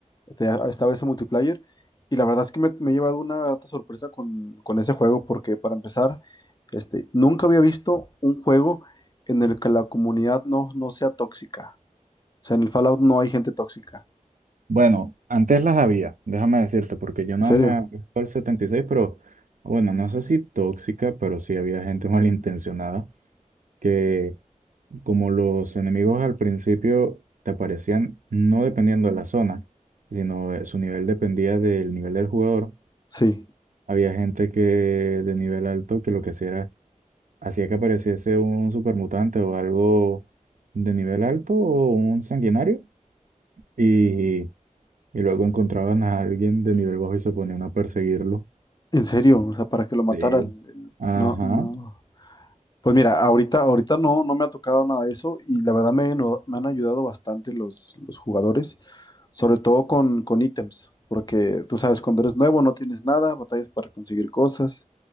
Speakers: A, on the left; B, on the right.
A: este, estaba ese multiplayer. Y la verdad es que me, me he llevado una grata sorpresa con, con ese juego porque para empezar, este, nunca había visto un juego en el que la comunidad no, no sea tóxica. O sea, en el Fallout no hay gente tóxica.
B: Bueno, antes las había, déjame decirte, porque yo no
A: ¿En serio?
B: me acuerdo el setenta y seis pero bueno, no sé si tóxica, pero sí había gente <laughs> malintencionada que como los enemigos al principio te aparecían no dependiendo de la zona, sino de- su nivel dependía del nivel del jugador.
A: Sí.
B: Había gente que de nivel alto que lo que hacía era Hacía que apareciese un supermutante o algo de nivel alto o un sanguinario. Y, y luego encontraban a alguien de nivel bajo y se ponían a perseguirlo.
A: En serio, o sea, para que lo matara.
B: Sí.
A: el- el-
B: Ajá.
A: No, no. Pues mira, ahorita, ahorita no, no me ha tocado nada de eso y la verdad me, han me han ayudado bastante los, los jugadores, sobre todo con, con ítems, porque tú sabes, cuando eres nuevo no tienes nada, batallas para conseguir cosas